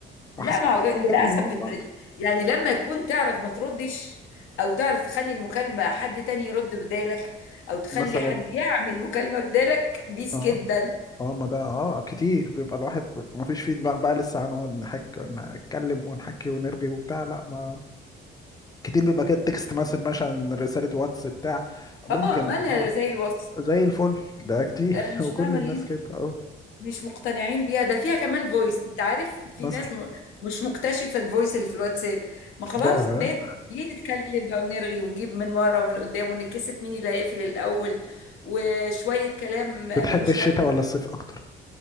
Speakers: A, on the left; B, on the left.
A: على
B: لا
A: حسب
B: ما هو <laughs> للاسف
A: يكون جاي من مين
B: بت...
A: برضه
B: يعني لما يكون تعرف ما تردش او تعرف تخلي المكالمة حد تاني يرد بدالك او تخلي
A: مثلا
B: حد يعمل مكالمة بدالك بيس
A: اه
B: جدا
A: اه ما ده اه كتير بيبقى الواحد ما فيش في دماغ بقى لسه هنقعد نحك نتكلم ونحكي ونرغي وبتاع لا ما كتير بيبقى كده تكست مسج مثلا رسالة واتس بتاع ممكن
B: اه مالها
A: اه
B: زي الوصف
A: زي الفل ده كتير
B: انا
A: <laughs>
B: مش
A: وكل
B: فاهمة
A: الناس
B: ليه
A: كده اه
B: مش مقتنعين بيها ده فيها كمان فويس انت عارف في
A: مثلا
B: ناس م... مش مكتشفة الفويس اللي في الواتساب ما خلاص
A: يا
B: بال ليه نتكلم بقى ونرغي ونجيب من ورا ومن قدام ونتكسف مين اللي هيقفل الأول وشوية كلام
A: بتحب
B: ملوش
A: الشتاء
B: لازمة
A: ولا الصيف اكتر